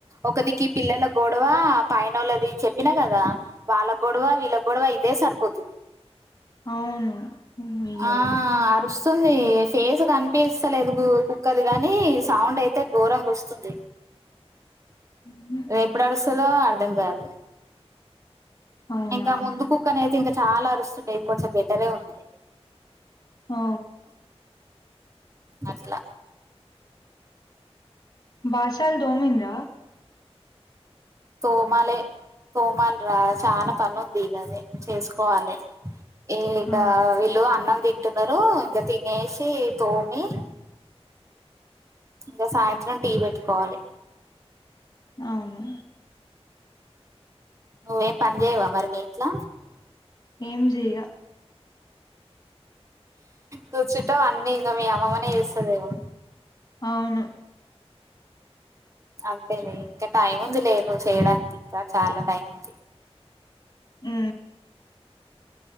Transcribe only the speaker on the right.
ఒకదికి పిల్లల గొడవ పైన ఒళ్ళది చెప్పినా కదా వాళ్ళ గొడవ వీళ్ళ గొడవ ఇదే సరిపో <unintelligible>
ఆ అ వస్తుంది ఫేస్ కనిపిస్తలేదు కుక్కది కాని సౌండ్ అయితే ఘోరంగ వస్తుంది
ఎప్పుడూ అరుస్తదో అర్థం కాదు
ఇంకా ముందు కుక్క అనే అయితే ఇంక చాలా అరుస్తుండే ఇది కొంచెం బెటరే ఉంది
అట్ల
తోమాలే తోమాల్రా చాలా పనుంది కాది చేసుకోవాలే ఏ ఇక
వీళ్ళు అన్నం తింటున్నారు ఇంక తినేసి తోమి ఇంగ సాయంత్రం టీ పెట్టుకోవాలే
నువ్వేం పని చేయవా మరి నీ ఇంట్ల
కూర్చుంటావు అన్నీ ఇంగ మీ అమ్మమ్మనే చేస్తుదేమో
అంతేలే ఇంకా టైం ఉందిలే నువ్వు చేయడానికి ఇంక చాలా టైం ఉం